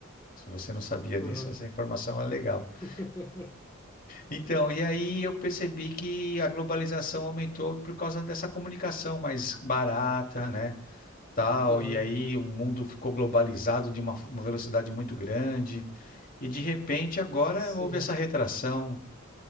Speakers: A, on the left; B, on the left.
A: Se você não sabia
B: uhum.
A: disso, essa informação é legal.
B: <laughs>
A: <laughs> Então, e aí eu percebi que a globalização aumentou por causa dessa comunicação mais barata, né? tal,
B: Claro,
A: e aí o mundo ficou globalizado de uma, f- uma velocidade muito grande, e de repente agora
B: sim.
A: houve essa retração,